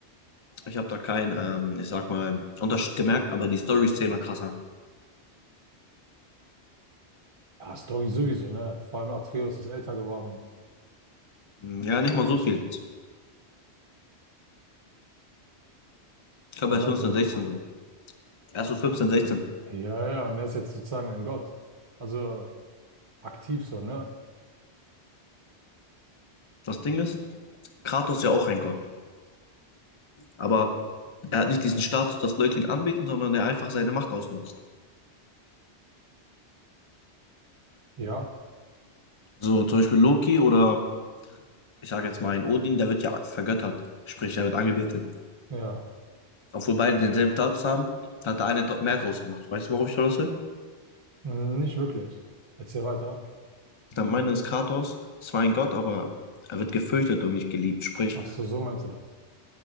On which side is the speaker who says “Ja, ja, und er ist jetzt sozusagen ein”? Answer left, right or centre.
Right